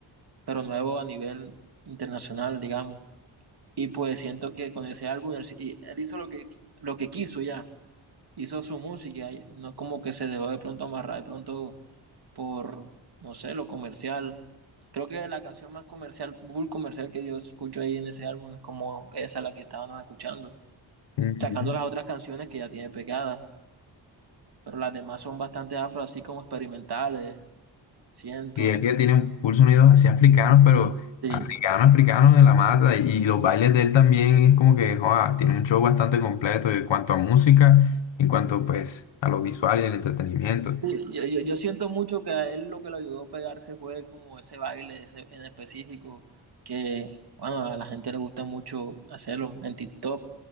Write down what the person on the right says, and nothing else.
pero nuevo a nivel internacional, digamos. Y pues siento que con ese álbum él, y él hizo lo que, lo que quiso ya, hizo su música, ya, no como que se dejó de pronto amarrar de pronto por, no sé, lo comercial. Creo que la canción más comercial, full comercial que yo escucho ahí en ese álbum es como esa la que estábamos escuchando,
sacando las otras canciones que ya tiene pegadas, pero las demás son bastante afro, así como experimentales, siento.
Sí.
Sí, Yo, yo, yo siento mucho que a él lo que le ayudó a pegarse fue como ese baile ese en específico, que bueno, a la gente le gusta mucho hacerlo en TikTok,